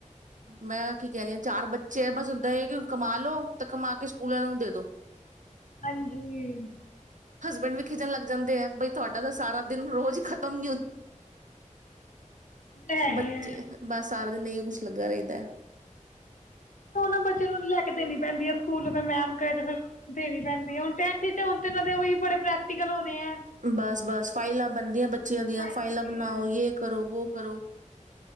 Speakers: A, on the right; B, on the left.
A: ਮੈਂ ਕੀ ਕਹਿ ਰਹੀ ਆਂ ਚਾਰ ਬੱਚੇ ਹੈ ਬਸ ਓਦਾਂ ਹੀ ਕਿ ਕਮਾ ਲੋੋ ਤੇ ਕਮਾ ਕੇ ਸਕੂਲ ਆਲਿਆਂ ਨੂੰ ਦੇ ਦੋ
B: ਹਾਂਜੀ ਇਹ
A: ਹਸਬੈਂਡ ਵੀ ਖਿਜਣ ਲੱਗ ਜਾਂਦੇ ਐ ਬਈ ਤੁਹਾਡਾ ਤਾਂ ਸਾਰਾ ਦਿਨ ਰੋਜ਼ ਹੀ ਖਤਮ
B: ਤਾਂ ਹੈ
A: ਬੱਚੇ
B: ਹੀ ਹੈ
A: ਬਸ ਸਾਰਾ ਦਿਨ ਇਹੀਓ ਕੁੱਛ ਲੱਗਾ ਰਹਿੰਦਾ ਐ।
B: ਉਹਨਾਂ ਬੱਚੇ ਨੂੰ ਲੈ ਕੇ ਦੇਣੀ ਪੈਂਦੀ ਹੈ ਸਕੂਲ ਫੇਰ ਮੈਮ ਕਹੇ ਤੇ ਫਿਰ ਦੇਣੀ ਪੈਂਦੀ ਹੈ ਹੁਣ ਟ ਹੁਣ ਦੇ ਉਹੀ ਬੜੇ ਪ੍ਰੈਕਟੀਕਲ ਹੋਣੇ ਹੈ
A: ਬਸ ਬਸ ਫਾਈਲਾਂ ਬਣਦੀਆਂ ਬੱਚਿਆਂ ਦੀਆਂ
B: ਹਾਂਜੀ
A: ਫਾਈਲਾਂ ਬਣਾਓ ਯੇ ਕਰੋ ਵੋ ਕਰੋ